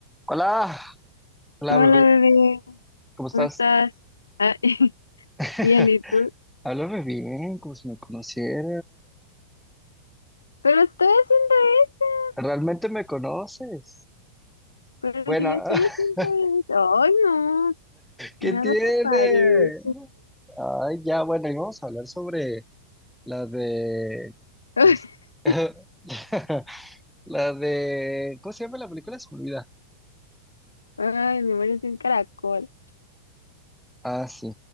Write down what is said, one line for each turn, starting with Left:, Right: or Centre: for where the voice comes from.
Centre: Hola, hola
Left: Hola
Centre: bebé,
Left: bebé,
Centre: ¿cómo estás?
Left: ¿cómo estás? Ah, <laughs>
Centre: <laughs>
Left: bien, ¿y tú?
Centre: Háblame bien, como si me conociera.
Left: Pero estoy haciendo eso,
Centre: ¿Realmente me conoces?
Left: pero
Centre: Bueno,
Left: si yo estoy haciendo
Centre: <laughs>
Left: eso. ¡Ay, no!
Centre: ¿qué
Left: Nada
Centre: tiene?
Left: te parece.
Centre: Ay, ya, bueno, y vamos a hablar sobre la de...
Left: <laughs>
Centre: es- <laughs> la de... ¿Cómo se llama la película? Se me olvida.
Left: Ay, me mueres de un caracol.
Centre: Ah, sí.